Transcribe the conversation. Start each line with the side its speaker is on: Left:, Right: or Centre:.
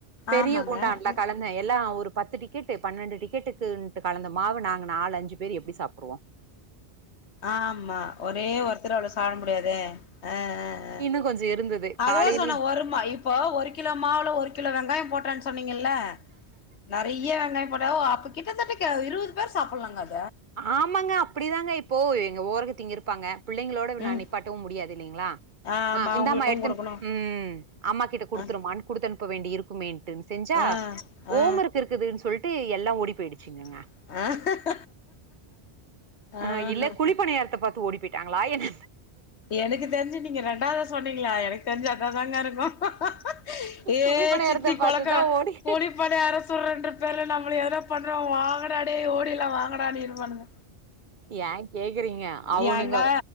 Right: பெரிய
Left: ஆமாங்க
Right: குண்டான்ல
Left: அ
Right: கலந்தேன் எல்லாம் ஒரு பத்து டிக்கெட்டு பன்னெண்டு டிக்கெட்டுக்கு கலந்த மாவ நாங்க நால் அஞ்சு பேர் எப்டி சாப்டுவோம்
Left: ஆமா ஒரே ஒருத்தரால சாப்ட முடியாதே அஹ் அஹ்
Right: இன்னு கொஞ்ச இருந்தது
Left: அதுதான்
Right: காலையிலயு
Left: சொன்ன ஒருமா இப்போ ஒரு கிலோ மாவுல ஒரு கிலோ வெங்காயம் போட்றன் சொ சொன்னீங்கல்ல நெறைய வெங்காய போட்டா அப் கிட்டதட்டக்க இருவது பேர் சாப்பிடலாங்க அத
Right: ஆமாங்க அப்படிதாங்க இப்போ எங்க ஓரவத்திங்க பாங்க பிள்ளைங்களோட நான்
Left: ம்
Right: நிப்பாட்டவும் முடியாத இல்லைங்களா
Left: ஆமா
Right: ஆஹ் இந்தாமா
Left: உங்களுக்கு
Right: எடுத்துட்டு
Left: குடுக்கணு
Right: உம் அம்மா கிட்ட குடுத்துருனு
Left: ஆ
Right: குடுத்தனுப்ப வேண்டி இருக்கு மேன் சென்ச்சா
Left: ஆ
Right: ஹோம்ஒர்க்
Left: ஆ
Right: இருக்குதுன்னு சொல்லிட் ட்டு எல்லாம் ஓடி போயிடுச்சுங்க
Left: ஆஹ்
Right: ஆஹ்
Left: ஆஹஹ
Right: இல்ல குழிப்பணியாரத்த பாத்து ஓடி போய் நாங்களா என்ன
Left: எனக்கு தெரிஞ்சு நீங்க ரெண்டாவது சொன்னீங்களே எனக்கு தெரிஞ்சு அதா தாங்க இருக் ஏ
Right: குழிப்பணியாரத்த
Left: சித்தி
Right: பாத்துதா
Left: கொழக்க
Right: ஓடி
Left: குழிப்பணியார சுட்ரன்ற பேர்ல நம்ம ஏதோ பண்றா வாங்காடா டேய் ஓ ல்லாம் வாங்கடா னு இருப்பானுங்க
Right: ஏ கேக்குறீங்க அவனுங்க
Left: யாண்டா